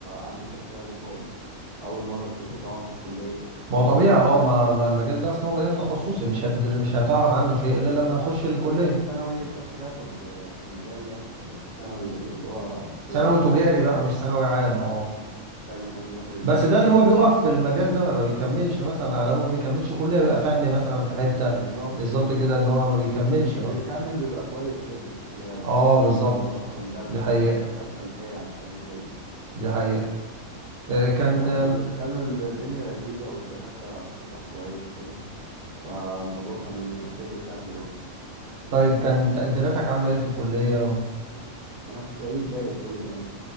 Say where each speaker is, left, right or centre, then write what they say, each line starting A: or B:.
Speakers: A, on the right; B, on the right.
A: عندي خلفية له خالص أول مرة أشوفه طبعا في الكلية
B: ما هو طبيعي اه ما, ما المجال ده اصلا هو مجال تخصصي مش هتدر... مش هتعرف عنه شيء غير
A: في
B: لما
A: لا
B: تخش الكليه
A: في ناس ثانوي كانت بتاخد آه، المجال ده بس ثانوي اللي هو تجاري
B: ثانوي تجاري
A: يعني.
B: بقى مش ثانوي عام
A: اه
B: اه
A: ده اللي كان بياخد المجال
B: بس ده اللي
A: ده
B: هو
A: في
B: بيقف
A: الاول
B: في المجال ده ما ما بيكملش مثلا اغلبه ما بيكملش كلية بيبقى فني مثلا في
A: بالظبط
B: حتة بالظبط كده ان هو ما بيكملش
A: اللي
B: بقى
A: بيكمل بيبقى كويس جدا في ده على فكره
B: اه بالظبط
A: لانه اصلا درس
B: دي حقيقة
A: الكلام ده خد خلفيه عن الكلام ده كله
B: دي حقيقة آه، كان
A: بس
B: آم،
A: بس كان الدنيا لذيذه والدكاتره بتشرح كويس وكده فالموضوع كان شبه سهل برضه
B: طيب كان تقديراتك عاملة ايه في الكلية
A: انا كنت بجيب جيد كل سنه